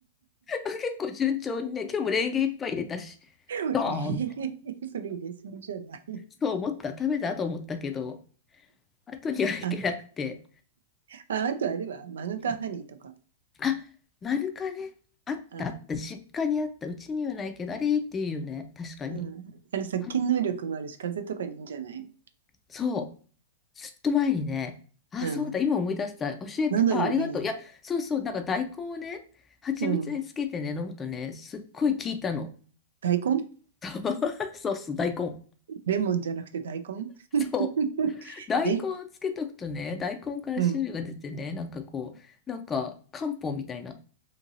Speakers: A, on the left; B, on the right.
A: 結構順調にね、今日もレンゲ一杯入れたし、
B: <laughs> えー、
A: ドーンって、
B: それ入れすぎじゃない？
A: そう思った。食べたと思ったけど、後にはいけなくて。
B: あ、あ、あとあれはマヌカハニーとか。
A: うんあ、マヌカね。あったあった。
B: ああ、
A: 実家にあった。うちにはないけど、あれいいっていうよね。確かに。
B: うん。あれ殺菌能力もあるし、
A: あ
B: 風邪とかにいいんじゃない？
A: そう。ずっと前にね、あ、
B: うん。
A: そうだ、今思い出した。教えて、
B: 喉にもいいよ。
A: あ、ありがとう。いや、そうそう、なんか大根をね、蜂蜜につけてね、
B: うん。
A: 飲むとね、すっごい効いたの。
B: 大根？
A: <laughs> そうそう、大根。
B: レモンじゃなくて大根？
A: そう。
B: <laughs>
A: 大根をつけとくとね、
B: え、
A: 大根から汁が出てね、
B: うん。
A: なんかこう、なんか漢方みたいな。